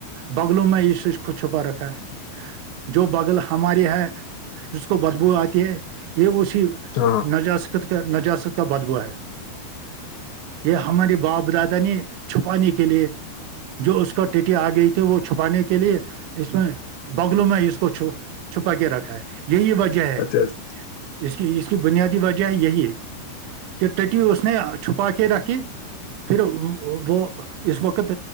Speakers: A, on the right (about 80°); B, on the left (about 80°).
A: بغلوں میں یہ سچ ک چھپا رکھا ہے جو بغل ہماری ہے جس کو بدبو آتی ہے یہ اسی
B: تو
A: نجست کا نجس کا بدبو ہے یہ ہماری باپ دادا نے چھپانے کے لیے جو اس کو ٹیٹی آ گئی تھی وہ چھپانے کے کے لیے اس میں بگلوں میں اس کو چو چھپا کے رکھا ہے یہی وجہ ہے
B: اچھا اچھا
A: اس کی اس کی بنیادی وجہ ہے یہی کہ ٹی اس نے چھپا کے رکھی پھر وہ اس وقت